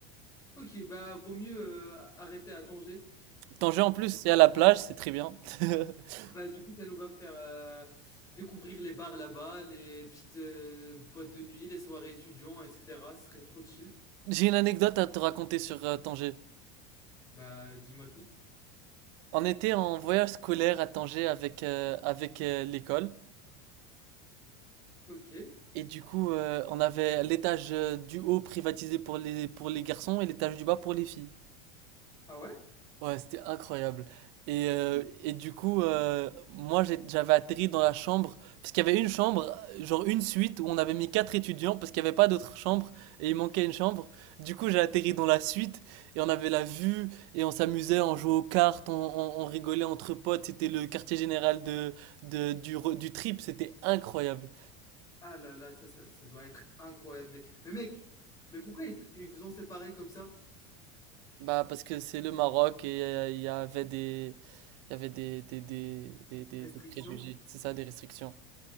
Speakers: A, on the left (about 20°); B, on the right (about 60°).
A: Ok, bah vaut mieux euh, arrêter à Tanger.
B: Tanger, en plus, c'est à la plage, c'est très bien. <laughs>
A: Bah, du coup, ça nous va faire euh, découvrir les bars là-bas, les petites euh, boîtes de nuit, les soirées étudiants, etc. Ce serait trop chill.
B: J'ai une anecdote à te raconter sur euh, Tanger.
A: Bah, dis-moi tout.
B: On était en voyage scolaire à Tanger avec, euh, avec euh, l'école.
A: Ok.
B: Et du coup, euh, on avait l'étage euh, du haut privatisé pour les, pour les garçons et l'étage du bas pour les filles.
A: Ah ouais?
B: Ouais, c'était incroyable. Et, euh, et du coup, euh, moi j'ai- j'avais atterri dans la chambre, parce qu'il y avait une chambre, genre une suite, où on avait mis quatre étudiants, parce qu'il n'y avait pas d'autre chambre, et il manquait une chambre. Du coup, j'ai atterri dans la suite, et on avait la vue, et on s'amusait, on jouait aux cartes, on, on- on rigolait entre potes, c'était le quartier général de, de- du, re- du trip, c'était incroyable.
A: Ah là là, ça, ça, ça doit être incroyable. Mais, mais mec, mais pourquoi ils, t- ils vous ont séparés comme ça?
B: Bah, parce que c'est le Maroc, et euh, il y avait des, il y avait des, des, des, des, des
A: Restriction?
B: des préjugés, c'est ça, des restrictions.